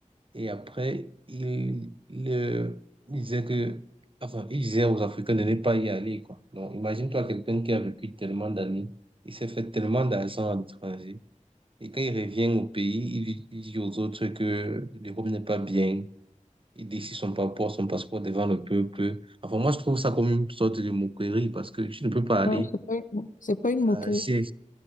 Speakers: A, on the right; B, on the left.
A: Et après, il, il, euh, il disait que, enfin, il disait aux Africains de ne pas y aller, quoi. Donc, imagine-toi quelqu'un qui a vécu tellement d'années, il s'est fait tellement d'argent à l'étranger. Et quand il revient au pays, il, il dit aux autres que l'Europe n'est pas bien, il décide son passeport, son passeport devant le peuple. Enfin, moi, je trouve ça comme une sorte de moquerie parce que tu ne peux pas aller
B: Non, c'est pas une, mo- c'est pas une
A: euh,
B: moquerie.
A: chez-